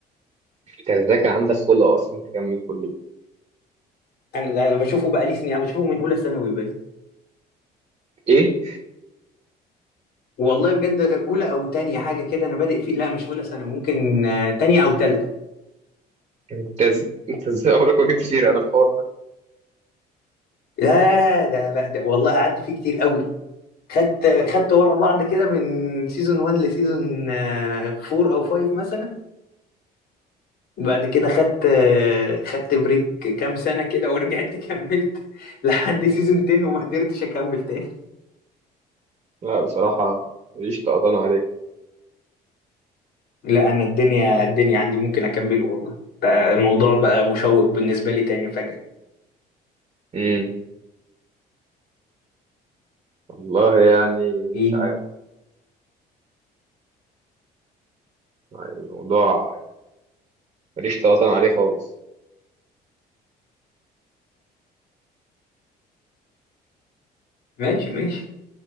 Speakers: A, on the right (about 35°); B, on the left (about 65°).
A: انت ازاي كان عندك خلق اصلا تكمل كل ده
B: انا انا بشوفه بقالي سنين انا بشوفه من اولى ثانوي بقى
A: ايه
B: والله بجد اولى او تانية حاجه كده انا بادئ فيه لا مش اولى ثانوي ممكن آه، تانية او تالتة
A: انت إز- انت ازاي عمرك ما جبت سيرة انا الحوار ده
B: لا ده انا بقى ده والله قعدت فيه كتير قوي خدت خدت ورا بعض كده من سيزون 1 لسيزون 4 او 5 مثلا بعد كده خدت آه، خدت بريك كام سنه كده ورجعت كملت <laughs> لحد سيزون 10 وما قدرتش اكمل تاني
A: لا بصراحة ماليش طقطان عليه
B: لا انا الدنيا الدنيا عندي ممكن اكمله والله بقى الموضوع بقى مشوق بالنسبه لي تاني فجأة
A: امم والله يعني
B: إيه.
A: مش عارف يعني الموضوع ماليش طقطان عليه خالص
B: ماشي ماشي